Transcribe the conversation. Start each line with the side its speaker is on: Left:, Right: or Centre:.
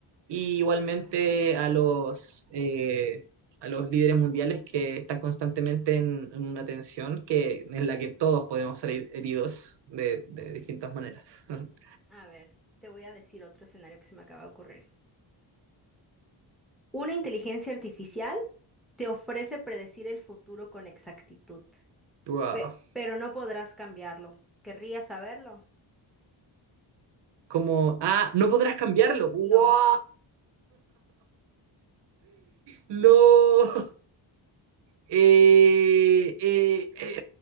Right: y igualmente a los, eh, a los líderes mundiales que están constantemente en, en una tensión que, en la que todos podemos salir heridos de, de distintas maneras. <laughs>
Centre: A ver, te voy a decir otro escenario que se me acaba de ocurrir. Una inteligencia artificial te ofrece predecir el futuro con exactitud,
Right: Wow.
Centre: pe- pero no podrás cambiarlo. ¿Querrías saberlo?
Right: Como, ah, no podrás cambiarlo. ¡Wow!
Centre: No.
Right: ¡No! Eh, eh, eh,